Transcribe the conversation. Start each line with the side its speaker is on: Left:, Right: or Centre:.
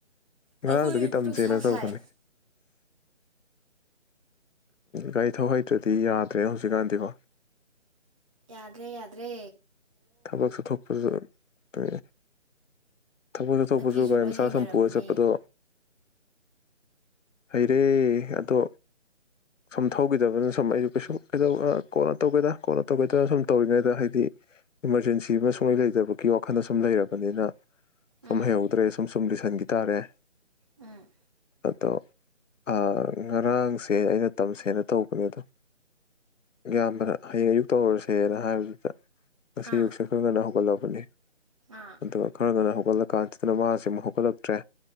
Left: ꯉꯔꯥꯡꯗꯒꯤ
Right: ꯑꯩꯈꯣꯏꯒꯤꯗꯤ
Left: ꯇꯝꯁꯦꯅ
Right: ꯅꯨꯡꯁꯥ
Left: ꯇꯧꯕꯅꯦ
Right: ꯁꯥꯏ꯫
Left: ꯒꯥꯔꯤ ꯊꯧꯍꯩꯇ꯭ꯔꯗꯤ ꯌꯥꯗ꯭ꯔꯦ ꯍꯧꯖꯤꯛꯀꯥꯟꯗꯤꯀꯣ꯫
Right: ꯌꯥꯗ꯭ꯔꯦ-ꯌꯥꯗ꯭ꯔꯦ꯫
Left: ꯊꯕꯛꯁꯨ ꯊꯣꯛꯄꯁꯨ <unintelligible> ꯊꯕꯛ ꯆꯠꯊꯣꯛꯄꯁꯨ
Right: ꯅꯨꯄꯤꯁꯨ
Left: ꯒꯥꯔꯤ
Right: ꯂꯣꯏ
Left: ꯃꯆꯥ
Right: ꯍꯩꯅꯔꯕꯅꯦ
Left: ꯁꯨꯝ ꯄꯨꯔꯒ ꯆꯠꯄꯗꯣ ꯍꯩꯔꯦ ꯑꯗꯣ ꯁꯨꯝ ꯊꯧꯈꯤꯗꯕꯅꯤꯅ ꯁꯨꯝ ꯑꯩꯁꯨ ꯀꯩꯁꯨ ꯀꯩꯗ ꯀꯣꯟꯅ ꯇꯧꯒꯦꯗ ꯀꯣꯟꯅ ꯇꯧꯒꯦꯗꯅ ꯁꯨꯝ ꯇꯧꯔꯤꯉꯩꯗ ꯍꯩꯗꯤ ꯏꯃꯥꯔꯖꯦꯟꯁꯤ ꯑꯃ ꯁꯨꯡꯂꯩ ꯂꯩꯇꯕꯒꯤ ꯋꯥꯈꯜ ꯁꯨꯝ ꯂꯩꯔꯕꯅꯤꯅ ꯁꯨꯝ
Right: ꯎꯝ
Left: ꯍꯩꯍꯧꯗ꯭ꯔꯦ꯫ ꯁꯨꯝ ꯁꯨꯝ ꯂꯤꯁꯟꯈꯤ ꯇꯥꯔꯦ꯫
Right: ꯎꯝ
Left: ꯑꯗꯣ ꯑ ꯉꯔꯥꯡꯁꯦ ꯑꯩꯅ ꯇꯝꯁꯦꯅ ꯇꯧꯕꯅꯦ ꯑꯗꯣ ꯏꯌꯥꯝꯕꯅ ꯍꯌꯦꯡ ꯑꯌꯨꯛ ꯇꯧꯔꯨꯔꯁꯦꯅ ꯍꯥꯏꯕꯗꯨꯗ ꯉꯁꯤ
Right: ꯑꯥ
Left: ꯑꯌꯨꯛꯁꯦ ꯈꯔ ꯉꯟꯅ ꯍꯧꯒꯠꯂ ꯕꯅꯦ
Right: ꯑꯥ
Left: ꯑꯗꯨꯒ ꯈꯔ ꯉꯟꯅ ꯍꯧꯒꯠꯂ ꯀꯥꯟꯁꯤꯗꯅ ꯃꯥꯁꯦ ꯑꯃꯛ ꯍꯧꯒꯠꯂꯛꯇ꯭ꯔꯦ